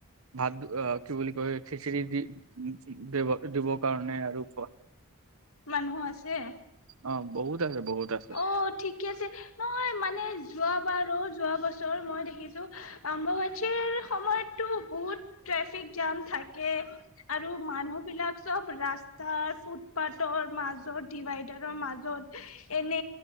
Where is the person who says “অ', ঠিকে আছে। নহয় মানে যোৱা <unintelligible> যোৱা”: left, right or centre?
Left